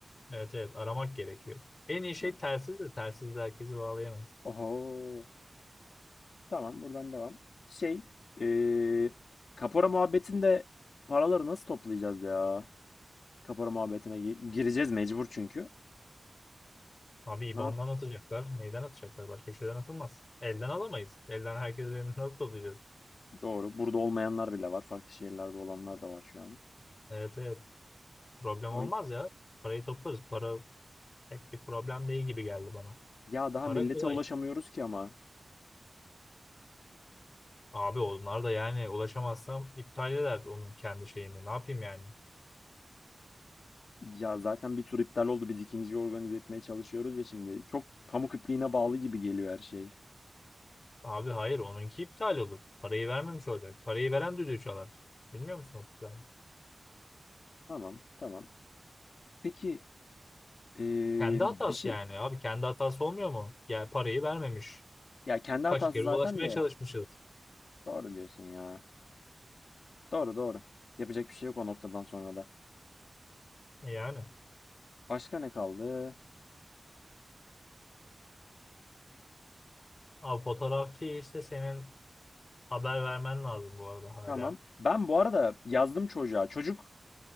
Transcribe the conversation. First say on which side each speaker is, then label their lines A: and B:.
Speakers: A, on the left; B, on the left.
A: Evet evet aramak gerekiyor. En iyi şey
B: Hı.
A: telsiz de telsiz de herkesi bağlayamaz.
B: Oho. Tamam buradan devam. Şey, e, kapora muhabbetinde paraları nasıl toplayacağız ya? Kapora muhabbetine gi- gireceğiz mecbur çünkü.
A: Abi IBAN'dan
B: Ne yap?
A: atacaklar. Neyden atacaklar? Başka bir şeyden atılmaz. Elden alamayız. Elden herkesin elini <laughs> nasıl toplayacağız?
B: Doğru. Burada olmayanlar bile var. Farklı şehirlerde olanlar da var şu an.
A: Evet evet problem
B: O,
A: olmaz ya. Parayı toplarız. Para pek bir problem değil gibi geldi bana.
B: ya daha
A: Para
B: millete
A: kolay.
B: ulaşamıyoruz ki ama.
A: Abi onlar da yani ulaşamazsam iptal eder onun kendi şeyini. Ne yapayım yani?
B: Ya zaten bir tur iptal oldu. Biz ikinciyi organize etmeye çalışıyoruz ya şimdi. Çok pamuk ipliğine bağlı gibi geliyor her şey.
A: Abi hayır onunki iptal olur. Parayı vermemiş olacak. Parayı veren düdüğü çalar. Bilmiyor musun? o kuralı?
B: Tamam, tamam. Peki eee,
A: Kendi
B: bir
A: hatası
B: şey...
A: yani. Abi kendi hatası olmuyor mu? Yani parayı vermemiş.
B: Ya kendi
A: Kaç
B: hatası
A: kere
B: zaten
A: ulaşmaya
B: de.
A: çalışmışız.
B: Doğru diyorsun ya. Doğru doğru. Yapacak bir şey yok o noktadan sonra da.
A: E Yani.
B: Başka ne kaldı?
A: Abi fotoğrafçı işte senin haber vermen lazım bu arada hala.
B: Tamam. Ben bu arada yazdım çocuğa. Çocuk